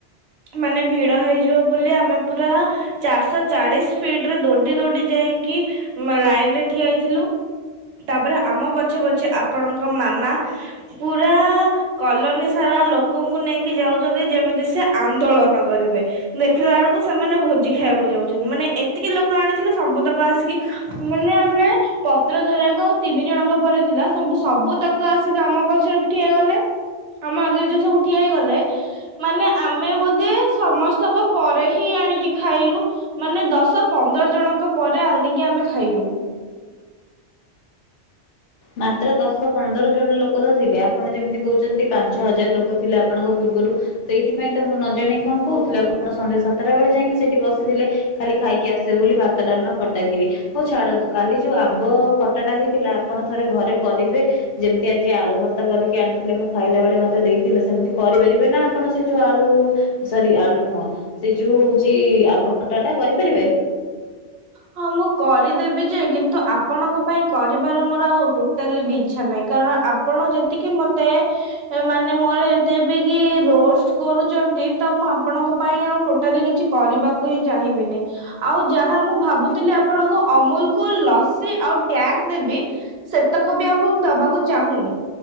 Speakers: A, on the right (about 65°); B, on the left (about 80°).
A: ମାନେ ଭିଡ଼ ହେଇଯିବ ବୋଲି ଆମେ ପୁରା ଚାରିଶହ ଚାଳିଶ ଫିଟ ରେ ଦୌଡି ଦୌଡି ଯାଇକି ମା ଲାଇନ ରେ ଠିଆ ହେଇଥିଲୁ ତାପରେ ଆମ ପଛେ ପଛେ ଆ ପଣଙ୍କ ମାମା ପୁରା କଲୋନୀ ସାରା ଲୋକଙ୍କୁ ନେଇକି ଯାଉଛନ୍ତି ଯେମିତି ସେ ଆନ୍ଦୋଳନ କରିବେ। ଦେଖିଲା ବେଳକୁ ସେମାନେ ଭୋଜି ଖାଇବାକୁ ଯାଉଛନ୍ତି ମାନେ ଏତିକି ଲୋକ ଆଣିଥିଲେ ସବୁତକ ଆସିକି ମାନେ ଆମେ ପତ୍ର ଧରିବାକୁ ଆଉ ତିନି ଜଣଙ୍କ ପରେ ଥିଲା। ସବୁ ସବୁ ତକ ଆସିକି ଆମ ପଛରେ ଠିଆ ହେଇଗଲେ ଆମ ଆଗରେ ଯୋଉ ସବୁ ଠିଆ ହେଇଗଲେ ମାନେ ଆମେ ବୋଧେ ସମସ୍ତଙ୍କ ପରେ ହିଁ ଆଣିକି ଖାଇଲୁ। ମାନେ ଦଶ ପନ୍ଦର ଜଣଙ୍କ ପରେ ଆଣିକି ଆମେ ଖାଇଲୁ।
B: ମାତ୍ର ଦଶ ପନ୍ଦର ଜଣ ଲୋକ ତ ଥିଲେ ଆପଣ ଯେମିତି କହୁଛନ୍ତି ପାଞ୍ଚ ହଜାର ଲୋକ ଥିଲେ ଆପଣଙ୍କ ପୂର୍ବରୁ। ସେଇଥିପାଇଁ ତ ମୁଁ ନ ଜଣେଇ କଣ କହୁଥିଲେ ଆପଣ ସନ୍ଧ୍ୟା ସାତଟା ବେଳେ ଯାଇକି ସେଠି ବସିଥିଲେ। ଖାଲି ଖାଇକି ଆସିବେ ବୋଲି ଭାତ ଡାଲମା ଖଟା ଖିରି। ହୋଉ ଛାଡ଼ନ୍ତୁ କାଲି ଯୋଉ ଆମ୍ବ ଖଟା ଟା ହେଇଥିଲା ଆପଣ ଥରେ ଘରେ କରିବେ ଯେମିତି ଆଜି ଆଳୁ ଭର୍ତ୍ତା କରିକି ଆଣିଥିଲେ ମୁଁ ଖାଇଲା ବେଳେ ମତେ ଦେଇଥିଲେ ସେମିତି କରିପାରିବେ ନା ଆପଣ ସେ ଯୋଉ ଆଳୁ ସରି ଆଳୁ ନୁହଁ ସେ ଯୋଉ ହଉଛି ଆମ୍ବ ଖଟା ଟା କରିପାରିବେ?
A: ହଁ ମୁଁ କରିଦେବି ଯେ କିନ୍ତୁ ଆପଣଙ୍କ ପାଇଁ କରିବାର ମୋର ଆଉ ଟୋ ଟାଲେ ବି ଇଚ୍ଛା ନାହିଁ କାରଣ ଆପଣ ଯେତିକି ମତେ ଏ ମାନେ ମୋର ଏତେ ବି କି ରୋଷ୍ଟ କରୁଛନ୍ତି ତ ମୁଁ ଆପଣଙ୍କ ପାଇଁ ଆଉ ଟୋ ଟାଲି କିଛି କରିବାକୁ ହିଁ ଚାହିଁବିନି ଆଉ ଯାହା ମୁଁ ଭାବୁଥିଲି ଆପଣଙ୍କୁ ଅମୁଲ୍ କୁଲ୍ ଲସି ଆଉ ଟ୍ୟାସ୍ ଦେବି ସେତକ ବି ମୁଁ ଦବାକୁ ଚାହୁଁନି।